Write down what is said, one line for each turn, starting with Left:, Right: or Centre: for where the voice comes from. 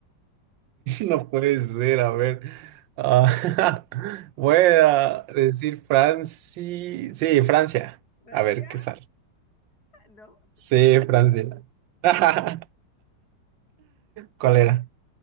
Right: no puede ser, a ver. Ah, <laughs> voy a decir Francia. Sí, Francia.
Left: Francia,
Right: A ver qué sale.
Left: no.
Right: Sí, Francia. <laughs>
Left: no.
Right: ¿Cuál era?